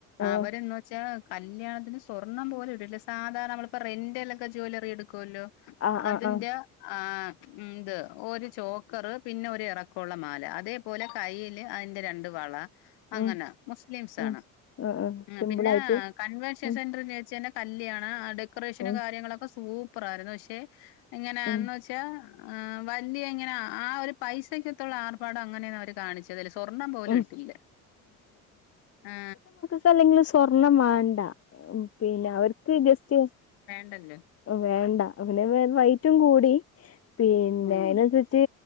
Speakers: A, on the left; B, on the left.
A: ആ
B: അവര് ന്ന് ചാ കല്യാണത്തിന് സ്വർണം പോലും ഇട്ടിട്ടില്ല സാധാരണ നമ്മളിപ്പോ റെന്റല്ലൊക്കെ ജ്വല്ലറി എടുക്കുല്ലോ
A: ആ
B: അതിന്റെ
A: ആ ആ
B: ആ ഉം ഇത് ഒരു ചോക്കറ് പിന്നെ ഒരു ഇറക്കൊള്ള മാല അതേപോലെ കയ്ൽ അതിന്റെ രണ്ട് വള അങ്ങനെ
A: ഉം
B: മുസ്ലിംസ്
A: ഉം
B: ആണ്
A: ആ ആ സിമ്പിൾ
B: പിന്നെ
A: ആയിട്ട്
B: കൺവെൻഷൻ
A: ഉം
B: സെന്ററി ൻ്റെ ചേച്ചിന്നെ കല്ല്യാണ ഡെക്കറേഷനും
A: ഉം
B: കാര്യങ്ങളൊക്കെ സൂപ്പർ ആയിരുന്നു പക്ഷെ എങ്ങനെയാന്ന്
A: ഉം
B: വെച്ചാ ആ വല്ല്യ ഇങ്ങനെ ആ ഒരു പൈസയ്ക്കത്തുള്ള ആർഭാടം അങ്ങനെ അവര് കാണിച്ചില്ല ഏതായാലും സ്വർണ്ണം പോലും
A: ഉം
B: ഇട്ടില്ല ആ
A: ഇപ്പോ അല്ലെങ്കിലും സ്വർണം വേണ്ട പിന്നെ അവർക്ക് ജസ്റ്റ്
B: ണ്ടല്ലേ
A: വേണ്ട പിന്നെ റൈറ്റും കൂടി പിന്നെ
B: ഉം
A: അയ്ന്അൻസരിച്ച്